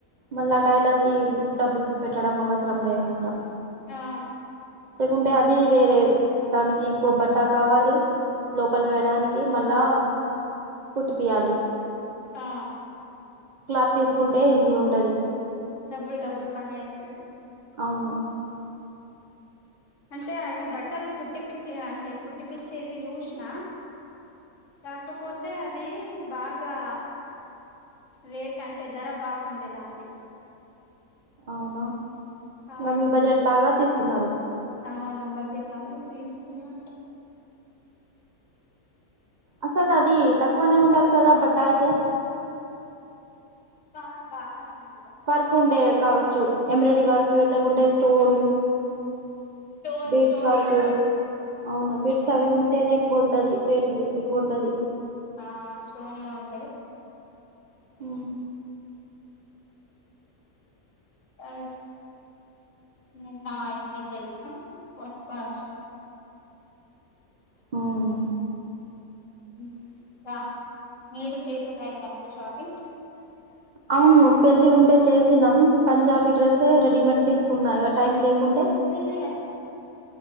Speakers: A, on the right; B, on the left.
A: మళ్ళా టైలర్ కీ ఉ డబ్బులు. పెట్టడం అవసరం లేకుండా.
B: ఆ
A: లేకుంటే అది వేరే దానికి ఇంకో బట్టా కావాలి లోపల వేయడానికి. మళ్ళా కుట్టిపియాలి.
B: ఆఅ.
A: క్లాత్ తీసుకుంటే ఇంది ఉంటది.
B: డబుల్ డబుల్ పని అయితది.
A: అవును.
B: అంటే అవి బట్టలు కుట్టి పిట్టి అంటే కుట్టి పిచ్చేది జూషిన. కాకపోతే అదీ బాగా. రేట్ అంటే ధర బాగుండే దాన్ది.
A: అవునా
B: ఆ
A: ఇగ మీ బడ్జెట్ లాగా తీసుకున్నారు.
B: అవు నా బజెట్లాగానే తీసుకున్నా.
A: అసలు అది తక్కువనే ఉండాలి కదా బట్ ఆయితే
B: కాదు బాగనే ఉన్
A: వర్క్ ఉండే కావచ్చు ఎంబ్రాయిడర వర్క్ ఎ లేకుంటే స్టోన్
B: స్టోన్
A: బేట్స్
B: స్టోన్
A: వార్కు
B: ఉండే
A: అవును బిడ్స్ అవి ఉంటేనే ఎక్కువ ఉంటది రేట్ ఎక్కువ ఉంటది
B: ఆ స్టోనియా ఉంటయ్
A: ఊ
B: <unintelligible> నిన్న ఈవెనింగ్ ఎళ్ళినం కొనుక్కొని అచ్చినా
A: అవును
B: ఉమ్ కా మీరు చేసిండ్రా ఈ మధ్యలో షాపింగ్
A: అవును పెళ్ళి ఉంటే చేసినం పంజాబీ డ్రెస్సే రెడీమేడ్ తీసుకున్నా ఇగ టైం లేకుంటే
B: ఇది